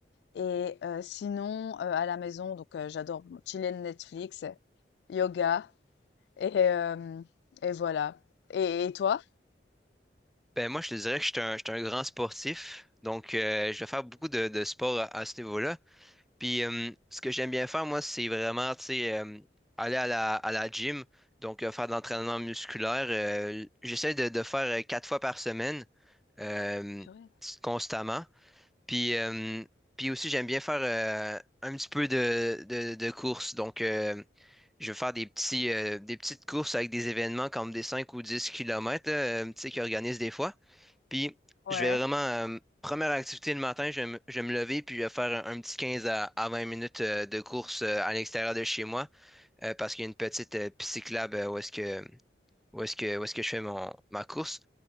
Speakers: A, on the left; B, in the centre.
A: et heu, sinon, heu, à la maison, donc heu, j'adore bon chiller Netflix, yoga et hem et voilà et et toi?
B: Ben moi, je te dirais que je suis un, je suis un grand sportif, donc euh, je vais faire beaucoup de, de sport à, à ce niveau-là. Puis euh, ce que j'aime bien faire, moi, c'est vraiment, tu sais, euh, aller à la, à la gym, donc euh, faire de l'entraînement musculaire. Euh, j'essaie de, de faire euh, quatre fois par semaine, euh,
A: Purée.
B: constamment. Puis, euh, puis aussi, j'aime bien faire euh, un petit peu de, de, de course. Donc, euh, je vais faire des petits, euh, des petites courses avec des événements comme des 5 ou 10 kilomètres, là, euh, tu sais, qu'ils organisent des fois. Puis,
A: Ouais,
B: je vais vraiment, euh, première activité le matin, je vais me, je vais me lever, puis je vais faire un, un petit 15 à, à 20 minutes euh, de course euh, à l'extérieur de chez moi, euh, parce qu'il y a une petite euh, piste cyclable euh, où est-ce que, où est-ce que, où est-ce que je fais mon, ma course.